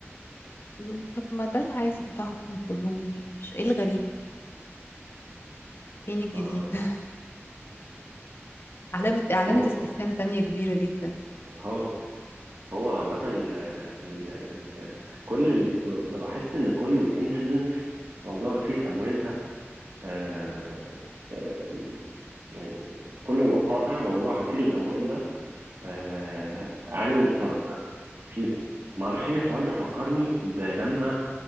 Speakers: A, on the left (about 55°); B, on the right (about 80°).
A: مم، طب ما ده العادي بتاعهم كلهم يعني مش ايه الغريب فين الجديد
B: آه،
A: <laughs> علامه علامه
B: هو
A: استفهام تانية كبيره جدا
B: هو هو عامه آه، ال- ال- ال- كل ال- لاحظت ان كل الانسيدنتس موضوع غسيل الاموال ده آه، آه، يعني كل الوقائع موضوع غسيل الأموال ده آه، عامل مشترك فيهم معرفش ليه الحوار ده فكرني بلما